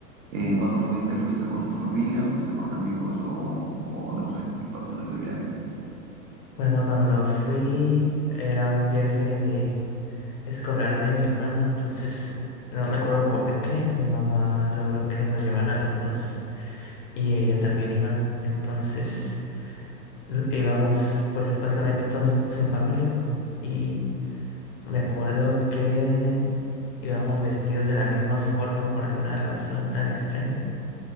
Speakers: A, on the right; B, on the left.
A: Eh, cuando fuiste, ¿fuiste con tu familia? ¿Fuiste con amigos? O, o no sé, ¿qué pasó en ese viaje?
B: Bueno, cuando fui era un viaje de escolar de mi hermano, entonces no recuerdo por qué mi mamá logró que nos llevaran a los dos y ella también iba. Entonces l- íbamos pues básicamente todos en familia y Me acuerdo que íbamos vestidos de la misma forma por alguna razón tan extraña.